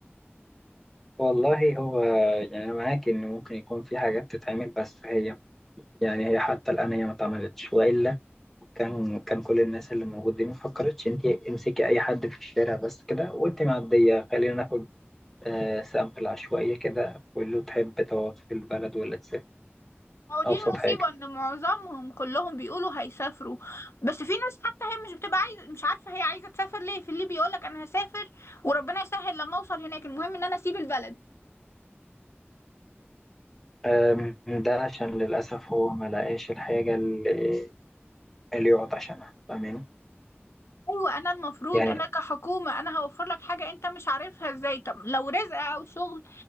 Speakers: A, in the centre; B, on the left (about 90°).
A: والله هو يعني أنا معاك إن ممكن يكون في حاجات تتعمل بس هي يعني هي حتى الآن هي ما اتعملتش وإلا كان كان كل الناس اللي موجودين ما فكرتش انت امسكي اي حد في الشارع بس كده وانت معديه خلينا ناخد آه سامبل عشوائيه كده قول له تحب تقعد في البلد ولا تسافر
B: هو دي
A: ابسط
B: المصيبة
A: حاجه
B: إن معظمهم كلهم بيقولوا هيسافروا بس في ناس حتى هي مش بتبقى عايزة مش عارفة هي عايزة تسافر ليه في اللي بيقولك أنا هسافر وربنا يسهل لما أوصل هناك المهم إن أنا أسيب البلد
A: آم، ده عشان للاسف هو ما لقاش الحاجه اللي, اللي يقعد عشانها فاهماني
B: ايوه انا المفروض
A: يعني
B: انا كحكومه انا هوفر لك حاجه انت مش عارفها ازاي طب لو رزق او شغل